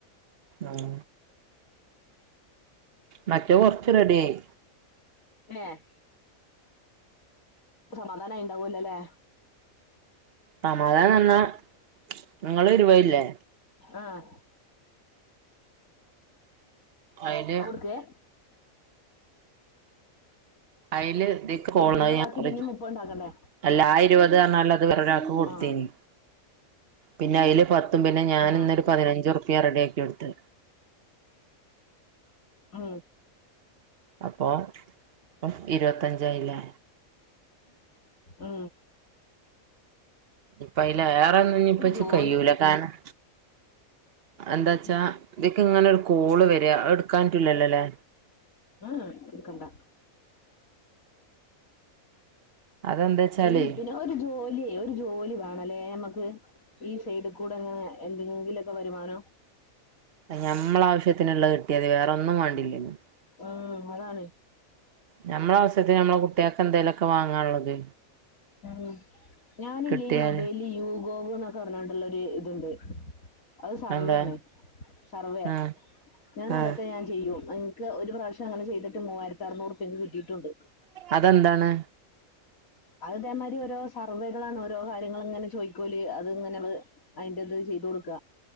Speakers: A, on the right; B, on the left.
A: ആഹ് മറ്റേ കൊറച്ച് റെഡി ആയി
B: ഏഹ് സമാധാനായിണ്ടാവോല്ലല്ലേ
A: സമാധാനം എന്നാ ഇങ്ങള് ഇരുവല്ലേ
B: ആഹ്
A: അയില്
B: അവിടുത്തെ
A: അയില് <unintelligible>
B: പിന്നെ
A: ഞാൻ
B: ബാക്കി
A: റി
B: പിന്നേം മുപ്പത് ഉണ്ടാക്കണ്ടേ
A: അല്ല ആ ഇരുപതറ്ഞ്ഞാല് അത് വേറെ ഒരാക്ക് കൊടുത്തേനി
B: ആഹ്
A: പിന്നെ അയില് പത്തും പിന്നെ ഞാന്
B: ആഹ്
A: ഇന്നൊരു പതിനഞ്ചുറുപ്പിയ റെഡിയാ എടുത്ത്
B: ആ
A: അപ്പൊ ഇപ്പം ഇരുപത്തഞ്ചായില്ലേ
B: ആ
A: ഇപ്പയില് ഏറെന്നും ഞ്ഞ്പ്പച്ച്
B: ജോലി
A: കയ്യൂല കാര്ണം എന്താച്ചാ
B: ഉം
A: ഇതിക്ക്ങ്ങനെ ഒരു കോള് വര അത് എടുക്കാൻ പറ്റൂല്ലല്ലോല്ലേ
B: ഏ എടുക്കണ്ട
A: അതെന്താച്ചാലേ
B: ലെ ഇതിലെ ഒരു ജോലിയേ ഒരു ജോലി വേണല്ലേ നമ്മക്ക് ഈ സൈഡുക്കൂടെങ്ങനെ എന്തെങ്കിലൊക്കെ വരുമാനം
A: അയ്ന് ഞമ്മളാവശ്യത്തിനുള്ളത് കിട്ടിയാതി വേറൊന്നും വാണ്ടില്ലേനു
B: ആ അതാണ്
A: ഞമ്മളാവശ്യത്തിന് നമ്മളെ കുട്ട്യാക്ക് എന്തേലൊക്കെ വാങ്ങാനുള്ളത്
B: ഉം ഞാനില്ലേ
A: കിട്ടിയാല്
B: ഈ മൊബൈല് യൂഗോവ് എന്നൊക്കെ പറഞ്ഞാണ്ട്ള്ളൊര്ത്ണ്ട് അത് സർവ്വേണ്
A: എന്താ
B: സർവ്വെ
A: ആഹ്
B: ഞാൻ
A: ആഹ്
B: അതൊക്കെ ഞാൻ ചെയ്യും ഇൻക്ക് ഒരു പ്രാവശ്യം അങ്ങനെ ചെയ്തിട്ട് മൂവായിരത്തി അറ്ന്നൂറ്പ്യാ കിട്ടിയിട്ടുണ്ട്
A: അതെന്താണ്
B: അത് ഇതേമാതിരി ഓരോ സർവ്വേകളാണ് ഓരോ കാര്യങ്ങള് ഇങ്ങനെ ചോയിക്കോല് അത്ങ്ങനെ മ്മള് അയിന്റത് ചെയ്തൊട്ക്ക